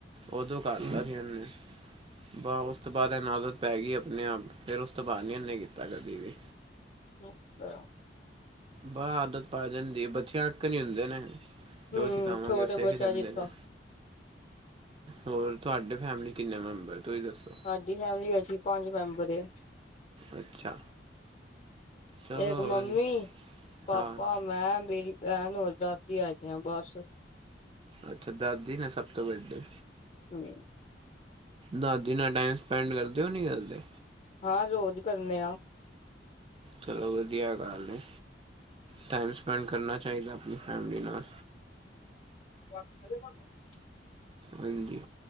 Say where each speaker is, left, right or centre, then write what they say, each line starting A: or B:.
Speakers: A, on the right; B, on the left.
A: ਉਦੋਂ ਕਰਤਾ ਸੀ ਏਨੇ। ਬਾਸ ਉਸ ਤੋਂ ਬਾਅਦ ਏਨੂ ਆਦਤ ਪੈ ਗਈ ਆਪਣੇ ਆਪ, ਫੇਰ ਉਸ ਤੋਂ ਬਾਦ ਨਈ ਏਨੇ ਕੀਤਾ ਕਦੀ ਵੀ।
B: ਠੀਕ ਐ।
A: ਬਾਹ ਆਦਤ ਪੈ ਜਾਂਦੀ ਏ, ਬੱਚਿਆਂ ਵਾਕਣ ਈ ਹੁੰਦੇ ਨੇ।
B: ਹੂੰ
A: ਜੋ ਸਿਖਾਵਾਂਗੇ
B: ਛੋਟੇ
A: ਉਹ ਸਿੱਖ
B: ਬੱਚਾ
A: ਜਾਂਦੇ
B: ਜਿੱਦਾਂ
A: ਨੇ। ਹੋਰ ਤੁਹਾਡੇ ਫੈਮਲੀ ਕਿੰਨੇ ਮੈਂਬਰ ਤੁਸੀਂ ਦੱਸੋ?
B: ਸਾਡੀ ਫੈਮਿਲੀ ਅਸੀਂ ਪੰਜ ਮੈਂਬਰ ਏ‌।
A: ਅੱਛਾ। ਚਲੋ
B: ਏਕ ਮੰਮੀ,
A: ਵਧੀਆ
B: ਪਾਪਾ,
A: ਹਾਂ
B: ਮੈਂ, ਮੇਰੀ ਭੈਣ ਔਰ ਦਾਦੀ ਹੈਗੀਆ ਬਸ।
A: ਅੱਛਾ ਦਾਦੀ ਨੇ ਸਭ ਤੋਂ ਵੱਡੇ।
B: ਹੂੰ।
A: ਦਾਦੀ ਨਾਲ ਟਾਈਮ ਸਪੈਂਡ ਕਰਦੇ ਓ ਨਈਂ ਕਰਦੇ?
B: ਹਾਂ ਰੋਜ਼ ਕਰਨੇ ਆ।
A: ਚਲੋ ਵਧੀਆ ਗੱਲ ਨੀ ਟਾਈਮ ਸਪੈਂਡ ਕਰਨਾ ਚਾਹੀਦਾ ਆਪਣੀ ਫੈਮਿਲੀ ਨਾਲ।
B: <unintelligible>
A: ਹਾਂਜੀ